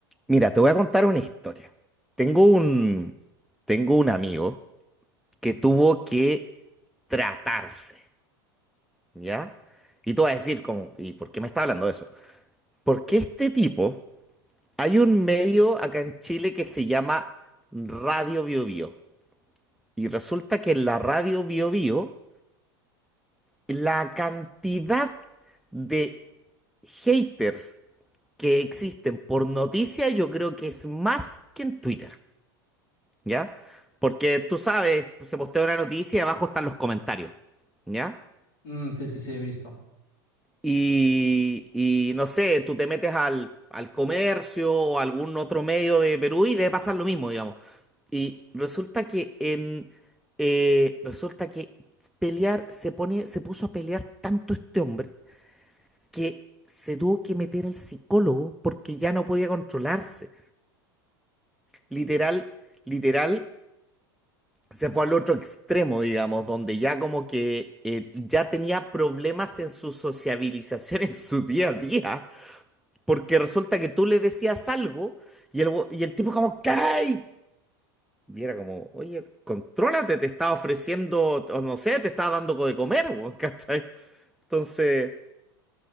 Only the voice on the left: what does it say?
Mm, sí, sí, sí, he visto.